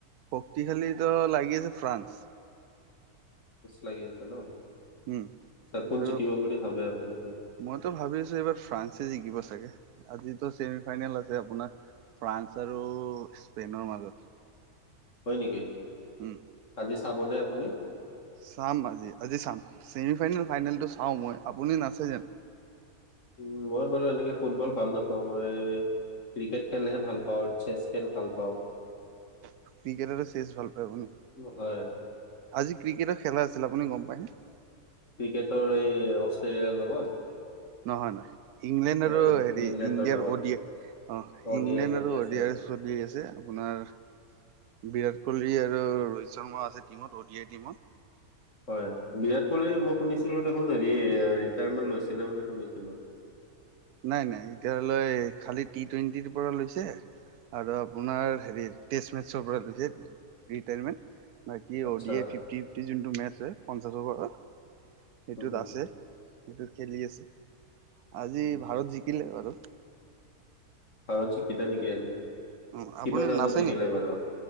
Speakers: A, on the right (about 80°); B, on the left (about 55°).
A: শক্তিশালী ত লাগি আছে ফ্ৰান্স।
B: লাগি আছে ন।
A: উম
B: চাকোন
A: এইবাৰ
B: জিকিব বুলি ভাবে আপুনি?
A: মইতো ভাবি আছোঁ। এইবাৰ ফ্ৰান্সে জিকিব চাগে আজিতো চছেমি ফাইনেল আছে আপোনাৰ। ফ্ৰান্স আৰু স্পেইনৰ মাজত
B: হয় নেকি?
A: উম
B: আজি চাবনে আপুনি?
A: চাম আজি আজি চাম চছেমি ফাইনেল -ফাইনেলটো চাওঁ মই আপুনি নাচাই জানোঁ?
B: উম মই বাৰু এনেকে ফুটবল ভাল নাপাওঁ মই ক্ৰিকেট খেলহে ভাল পাওঁ, চেছ খেল ভাল পাওঁ।
A: থুক ক্ৰিকেট, চেচ ভাল পায় আপুনি।
B: উম, হয়,
A: আজি ক্ৰিকেটৰ খেলা আছিল আপুনি গম পায়নে?
B: ক্ৰিকেটৰ এই অষ্ট্ৰেলিয়াৰ লগত?
A: নহয় নহয় ইংলেণ্ড আৰু
B: এই
A: হেৰি
B: ইংলেণ্ডৰ
A: ইণ্ডিয়াৰ
B: লগত
A: অডিয় অ
B: অডিয়াই
A: ইংলেণ্ড
B: চলি
A: আৰু অডিয়াৰচ
B: আছে।
A: যত দি আছে আপোনাৰৰ বিৰাট কলি আৰু ৰোহিত শৰ্মা আছে টিমত অডি আই টিমত।
B: হয় বিৰাট কোহলি মই শুনিছিলো দেখোন হেৰি ৰিটায়াৰমেন্ট লৈছিলে বুলি শুনিছিলো-
A: নাই নাই এতিয় ধৰি লৈ খালি টি টুৱেণ্টিৰ পৰা লৈছে। আৰু আপোনাৰ হেৰি তেৰিয়েশ পৰা লৈছে ৰীতাইমেন বাকী
B: আচ্ছা,
A: অ ফিফটি ফিফটি যোনটো মেজ হয় পঞ্চাশ অভাৰৰ সেইটোত
B: উম,
A: আছে। সেইটোত খেলি আছে আজি
B: উম,
A: ভাৰত
B: উম,
A: জিকিলে বাৰু।
B: ভাৰত জিকিলে নেকি আজি?
A: উম আপুনি
B: কিমান ৰাণত
A: নাচে
B: জিকিলে
A: নি
B: বাৰু?